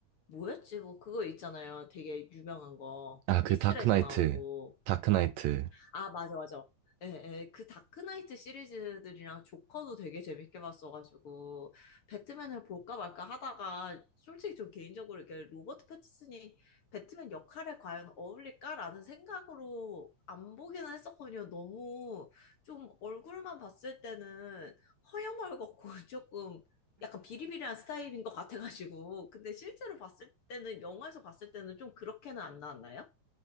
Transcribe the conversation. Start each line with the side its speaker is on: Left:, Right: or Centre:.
Left: 뭐였지? 뭐, 그거 있잖아요. 되게 유명한 거.
Right: 아, 그
Left: 히스레저
Right: 다크나이트
Left: 나오고.
Right: 다크나이트
Left: 아, 맞아, 맞아. 예, 예, 그 다크나이트 시리즈들이랑 조커도 되게 재밌게 봤어가지고, 배트맨을 볼까 말까 하다가, 솔직히 저 개인적으로 이렇게 로버트 패티슨이 배트맨 역할에 과연 어울릴까라는 생각으로 안 보기는 했었거든요. 너무 좀 얼굴만 봤을 때는 허여멀겋고 <laughs> 조금 약간 비리비리한 스타일인 것 같아가지고, 근데 실제로 봤을 때는, 영화에서 봤을 때는 좀 그렇게는 안 나왔나요?